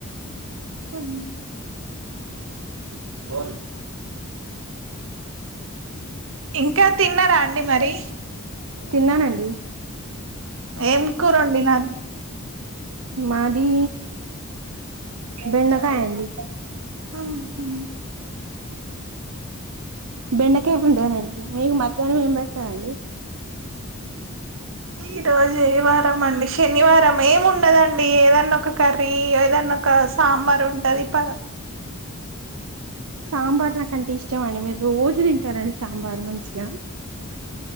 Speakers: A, on the right; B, on the right.
A: అం
B: ఫోన్
A: ఇంకా తిన్నారా అండి మరి
B: తిన్నానండి
A: ఏం కూరొండినా
B: మాది బెండకాయ అండి
A: ఆహు
B: బెండకాయ వండానన్ మీకు మధ్యానం ఏం పెడ్తారండి
A: ఈ రోజు ఏం వారం అండి శనివారం ఏం ఉండదండి ఏదన్నా ఒక కర్రీ ఏదన్నా ఒక సాంబార్ ఉన్ డదిపా
B: సాంబార్ నాకంటే ఇష్టమండి మీరు రోజు తింటారండి సాంబార్ మంచిగా